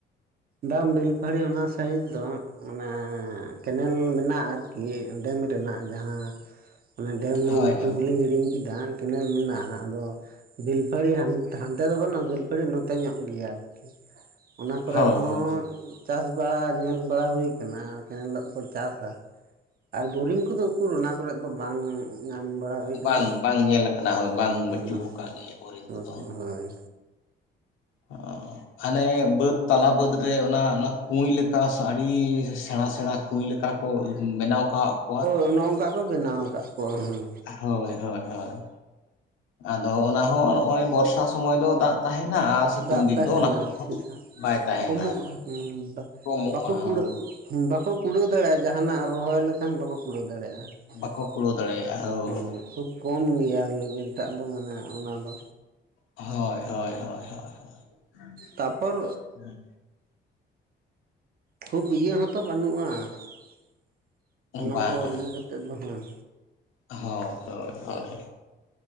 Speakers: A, on the right; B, on the left.
A: ᱵᱟᱝ ᱵᱮᱞᱯᱟᱦᱟᱲᱤ ᱚᱱᱟ ᱥᱟᱭᱤᱰ ᱫᱚ ᱚᱱᱟ ᱠᱮᱱᱮᱞ ᱢᱮᱱᱟᱜᱼᱟ ᱟᱨᱠᱤ <unintelligible> ᱰᱮᱢ ᱨᱮᱱᱟᱜ ᱡᱟᱦᱟᱸ
B: <unintelligible>
A: ᱚᱱᱟ ᱰᱮᱢ
B: ᱦᱳᱭ
A: ᱧᱩᱛᱩᱢ
B: ᱦᱳᱭ
A: ᱦᱚᱞᱤᱧ ᱦᱤᱲᱤᱧ ᱠᱮᱫᱟ ᱠᱮᱱᱮᱞ ᱢᱮᱱᱟᱜᱼᱟ ᱟᱫᱚ ᱵᱮᱞᱯᱟᱦᱟᱲᱤ ᱦᱟᱱᱛᱮ ᱫᱚ ᱵᱟᱹᱱᱩᱜᱼᱟ ᱵᱮᱞᱯᱟᱦᱟᱲᱤ ᱱᱚᱛᱮ ᱧᱚᱜ ᱜᱮᱭᱟ ᱟᱨᱠᱤ ᱚᱱᱟ ᱠᱚᱨᱮ
B: ᱦᱳᱭ ᱦᱳᱭ
A: ᱦᱚᱸ
B: ᱦᱳᱭ
A: ᱪᱟᱥ ᱵᱟᱲᱟ ᱧᱮᱞ ᱵᱟᱲᱟ ᱦᱩᱭ ᱟᱠᱟᱱᱟ ᱠᱮᱱᱮᱞ ᱫᱟᱜ ᱛᱮᱠᱚ ᱪᱟᱥᱟ ᱟᱨ ᱵᱳᱨᱤᱝ ᱠᱚᱫᱚ ᱩᱠᱩᱨ ᱚᱱᱟ ᱠᱚᱨᱮᱫ ᱫᱚ ᱵᱟᱝ ᱧᱟᱢ ᱵᱟᱲᱟ ᱦᱩᱭ ᱟᱠᱟᱱᱟ
B: ᱵᱟᱝ ᱵᱟᱝ ᱧᱮᱞ ᱟᱠᱟᱱᱟ ᱦᱳᱭ
A: <unintelligible>
B: ᱵᱟᱹᱪᱩᱜ
A: ᱵᱟᱝ
B: ᱟᱠᱟᱫ
A: <unintelligible>
B: ᱜᱮᱭᱟ ᱵᱳᱨᱤᱝ ᱠᱚᱫᱚ
A: ᱦᱳᱭ ᱛᱚᱵᱮ ᱦᱳᱭ
B: <unintelligible> ᱦᱟᱱᱮ ᱵᱟᱹᱫᱽ ᱛᱟᱞᱟ ᱵᱟᱹᱫᱽ ᱨᱮ <unintelligible> ᱚᱱᱟ ᱠᱩᱭ ᱞᱮᱠᱟ ᱟᱹᱰᱤ ᱥᱮᱬᱟ ᱥᱮᱬᱟ ᱠᱩᱭ ᱞᱮᱠᱟ ᱠᱚ ᱵᱮᱱᱟᱣ ᱠᱟᱣᱚᱜ ᱠᱚᱣᱟ
A: ᱱᱚᱜ-ᱚ ᱱᱚᱝᱠᱟ ᱠᱚ ᱵᱮᱱᱟᱣ ᱟᱠᱟᱫ ᱠᱚᱣᱟ, ᱦᱚᱸ
B: ᱦᱳᱭ ᱦᱳᱭ ᱦᱳᱭ ᱟᱫᱚ ᱚᱱᱟ ᱦᱚᱸ ᱱᱚᱜᱼᱚᱭ ᱵᱚᱨᱥᱟ ᱥᱚᱢᱚᱭ ᱫᱚ ᱫᱟᱜ ᱛᱟᱦᱮᱱᱟ ᱥᱤᱛᱩᱝ
A: ᱫᱟᱜ
B: ᱫᱤᱱ
A: ᱛᱟᱦᱮᱱᱟ
B: ᱫᱚ ᱚᱱᱟ ᱠᱚᱨᱮ ᱦᱚᱸ
A: ᱥᱮ ᱦᱟᱜ
B: ᱵᱟᱭ
A: <unintelligible>
B: ᱛᱟᱦᱮᱱᱟ
A: ᱠᱚᱢᱚᱜᱼᱟ <unintelligible>
B: ᱠᱚᱢᱚᱜᱼᱟ
A: ᱵᱟᱠᱚ ᱠᱩᱲᱟᱹᱜ-ᱟ
B: ᱦᱳᱭ
A: ᱵᱟᱠᱚ ᱠᱩᱲᱟᱹᱣ ᱫᱟᱲᱮᱭᱟᱜᱼᱟ ᱡᱟᱦᱟᱱᱟᱜ ᱨᱚᱦᱚᱭ ᱞᱮᱠᱷᱟᱱ ᱵᱟᱠᱚ ᱠᱩᱲᱟᱹᱣ ᱫᱟᱲᱮᱭᱟᱜᱼᱟ <unintelligible>
B: ᱵᱟᱠᱚ ᱠᱩᱲᱟᱹᱣ ᱫᱟᱲᱮᱭᱟᱜᱼᱟ
A: ᱦᱮᱸ
B: ᱦᱳᱭ
A: ᱠᱷᱩᱵ ᱠᱚᱢ ᱜᱮᱭᱟ ᱞᱮᱵᱮᱞ ᱴᱟᱜ ᱫᱚ ᱢᱟᱱᱮ ᱚᱱᱟ ᱫᱚ
B: ᱦᱚᱭ ᱦᱚᱭ ᱦᱚᱭ ᱦᱚᱭ ᱦᱚᱭ
A: ᱛᱟᱯᱚᱨ
B: ᱦᱮᱸ
A: ᱠᱷᱩᱵ ᱤᱭᱟᱹ ᱦᱚᱛᱚ ᱵᱟᱹᱱᱩᱜ-ᱟ <unintelligible> ᱚᱱᱟ
B: ᱵᱟᱝᱟ
A: ᱠᱚ ᱤᱭᱟᱹ ᱠᱟᱛᱮᱫ ᱫᱚ ᱦᱟᱜ
B: ᱦᱳᱭ ᱦᱳᱭ ᱦᱳᱭ